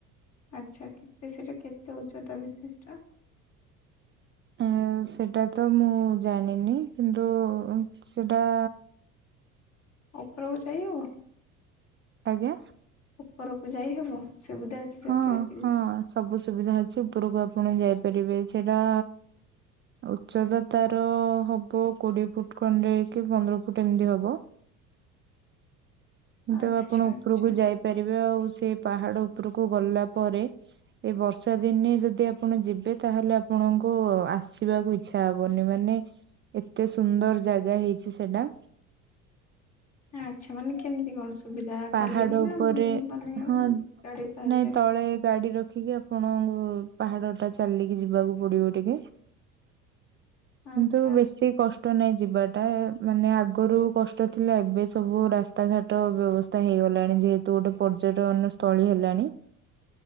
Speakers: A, on the left (about 40°); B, on the right (about 30°).
A: ଆଚ୍ଛା କେତେ ସେଟା କେତେ ଉଚ୍ଚତା ବିଶିଷ୍ଟ?
B: ଉୁଁ ସେଟା ତ ମୁଁ ଜାଣିନି କିନ୍ତୁ ସେଟା
A: ଉପରକୁ ଯାଇହବ
B: ଆଜ୍ଞା
A: ଉପରକୁ ଯାଇହବ ସୁବିଧା ଅଛି ସେମିତି
B: ହଁ
A: କିଛି
B: ହଁ ସବୁ ସୁବିଧା ଅଛି ଉପରକୁ ଆପଣ ଯାଇପାରିବେ ସେଟା ଉଚ୍ଚତା ତାର ହବ କୋଡିଏ ଫୁଟ୍ ଖଣ୍ଡେ କି ପନ୍ଦର ଫୁଟ୍ ଏମିତି ହବ।
A: ଆଚ୍ଛା
B: ତ ଆପଣ
A: ଆଚ୍ଛା
B: ଉପରକୁ ଯାଇପାରିବେ ଆଉ ସେଇ ପାହାଡ ଉପରକୁ ଗଲା ପରେ ଏଇ ବର୍ଷା ଦିନେ ଯଦି ଆପଣ ଯିବେ ତାହେଲେ ଆପଣଙ୍କୁ ଆସିବାକୁ ଇ ଇଛା ହବନି ମାନେ ଏତେ ସୁନ୍ଦର ଜାଗା ହେଇଛି ସେଟା।
A: ଆଚ୍ଛା ମାନେ କେମିତି କଣ ସୁବିଧା
B: ପାହାଡ
A: ଚାଲିକି ନା
B: ଉପରେ
A: ମାନେ
B: ହଁ
A: ଗାଡି ସାହାଯ୍ୟ
B: ନାଇଁ ତଳେ ଗାଡି ରଖିକି ଆପ୍ ଆପଣଙ୍କୁ ପାହାଡ ଟା ଚାଲିକି ଯିବାକୁ ପଡିବ ଟିକେ।
A: ଆଚ୍ଛା
B: କିନ୍ତୁ ବେଶୀ କଷ୍ଟ କଷ୍ଟ ନାଇଁ ଯିବାଟା ମାନେ ଆଗରୁ କଷ୍ଟ ଥିଲା ଏବେ ସବୁ ରାସ୍ ରାସ୍ତା ଘାଟ ବ୍ୟବସ୍ଥା ହେଇଗଲାଣି ଯେହେତୁ ଗୋଟେ ପର୍ଯ୍ୟଟନ ସ୍ଥଳୀ ହେଲାଣି।